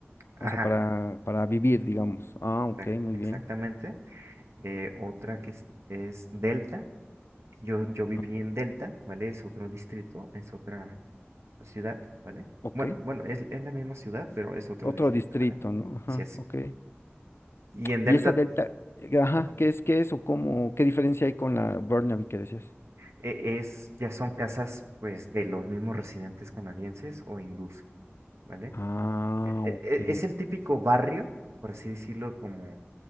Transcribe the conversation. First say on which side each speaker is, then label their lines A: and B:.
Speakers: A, on the right (about 85°); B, on the left (about 65°).
A: Ajá,
B: O sea, para, para vivir, digamos. Ah, ok,
A: exac-
B: muy
A: exactamente.
B: bien.
A: Eh, otra que es, es Delta. Yo, yo viví
B: Ah,
A: en Delta, ¿vale? Es otro distrito, es otra ciudad, ¿vale?
B: Ok.
A: Bueno, bueno, es, es la misma ciudad, pero es otro
B: Otro
A: distrito,
B: distrito,
A: ¿vale?
B: ¿no? Ajá,
A: Así es.
B: ok.
A: Y en Delta,
B: Y esa delta, eh, ajá,
A: ajá,
B: ¿qué
A: dime.
B: es, qué es o cómo, qué diferencia hay con la Burnaby que decías?
A: E- Es, ya son casas pues de los mismos residentes canadienses o hindús, ¿vale?
B: Ah,
A: E- e-
B: ok.
A: e- Es el típico barrio, por así decirlo, como